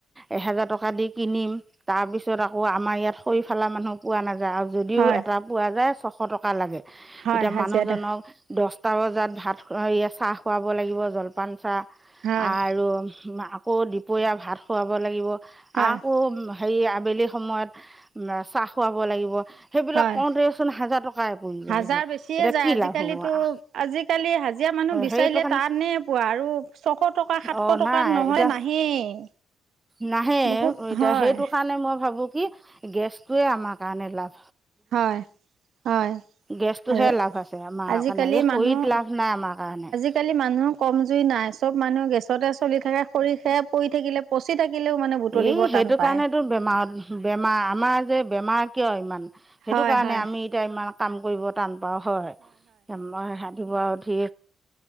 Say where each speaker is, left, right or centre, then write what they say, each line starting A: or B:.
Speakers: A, on the right (about 15°); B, on the right (about 70°).
A: এহেজাৰ টকা দি কিনিম তাৰ পিছত আকৌ আমাৰ ইয়াত খৰি ফালা মানুহো পোৱা নাযায় আৰু যদিও
B: হয়
A: এটা পোৱা যায় ছশ টকা লাগে
B: হয়
A: এতিয়া
B: হাজিৰা
A: মানুহজনক দহটা বজাত ভাত চাহ খুৱাব লাগিব জলপান চাহ
B: হয়
A: আৰু আকৌ দুপৰীয়া ভাত খুৱাব লাগিব
B: হয়
A: আকৌ হেৰি আবেলি সময়ত চাহ খুৱাব লাগিব। সেইবিলাক
B: হয়
A: কওঁতেচোন হাজাৰ টকাই পৰি
B: হাজাৰ
A: যায়গৈ এতিয়া
B: বেছিয়ে যায়
A: কি
B: আজিকালিতো
A: লাভ হ'ব।
B: আজিকালি হাজিৰা মানুহ বিচাৰিলে
A: সেইটো কাৰণে
B: টানে পোৱা আৰু ছশ টকা সাতশ
A: অঁ
B: টকাত
A: নাই
B: নহয়
A: এতিয়া
B: নাহেই। <inaudible>
A: নাহে
B: বহুত
A: এতিয়া
B: হয়
A: সেইটো কাৰণে মই ভাবোঁ কি গেছটোয়ে আমাৰ কাৰণে লাভ।
B: হয় হয়।
A: গেছটোৱে
B: আৰু
A: লাভ আছে আমাৰ
B: আজিকালি
A: কাৰণে, এই
B: মানুহ
A: খৰিত লাভ নাই আমাৰ কাৰণে।
B: আজিকালি মানুহৰ কম জুই নাই, চব মানুহ গেছতে চলি থাকে খৰি শে কৰি থাকিলে, পচি থাকিলেও মানে বুটলিব
A: এ, সেইটো
B: টান পায়।
A: কাৰনেতো বেমাৰত বেমাৰ আমাৰ যে বেমাৰ কিয় ইমান সেইটো
B: হয়
A: কাৰণে
B: হয়
A: আমি এতিয়া ইমান কাম কৰিব টান পাওঁ হয়। মই <unintelligible> তিপুৱা উঠি